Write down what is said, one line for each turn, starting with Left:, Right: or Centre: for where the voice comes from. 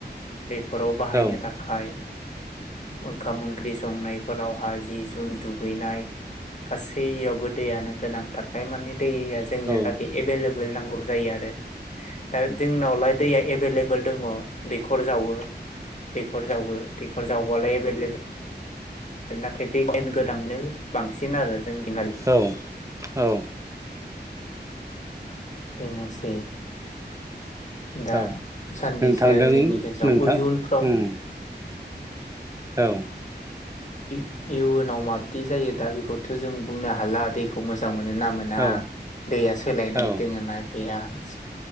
Left: बेफोराव
Right: औ
Left: बाहायनो थाखाय ओंखाम ओंख्रि संनायफोरावहाय जि जोम दुगैनाय गासैयावबो दैयानो गोनांथारखाय माने दैया जोंनो दा
Right: औ
Left: बे एभेलेब बोल नांगौ जायो आरो। दा जोंनावलाय दैया एभेलेबल दङ दैखर जावो दैखर जावो दैखर जावबालाय एभेलेबल नाथाय दैखेन गोदांनो बांसिन आरो जोंनिथिंगालि
Right: औ औ
Left: बेनोसै दा
Right: औ
Left: सानबेसे
Right: नोंथांदों
Left: आरो जोंनि गेजेराव
Right: नोंथां
Left: इयुनफ्राव
Right: उम औ
Left: इ इउनाव माबाददि जायो दा बेखौथ' जों बुंनो हाला दैखौ मोजां मोनो मोनो ना मोना
Right: औ
Left: दैया सोलायनाय
Right: औ
Left: दोङो ना एयास